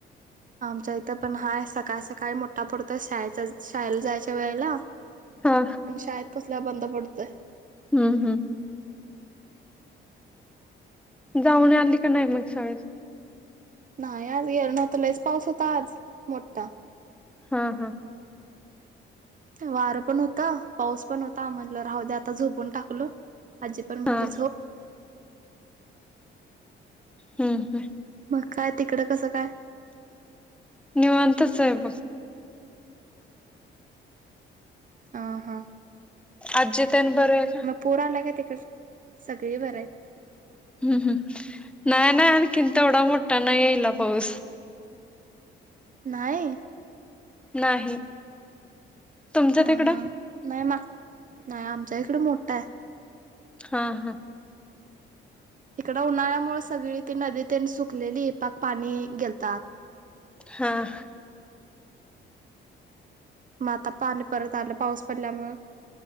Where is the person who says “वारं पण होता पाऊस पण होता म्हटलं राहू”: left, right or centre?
Right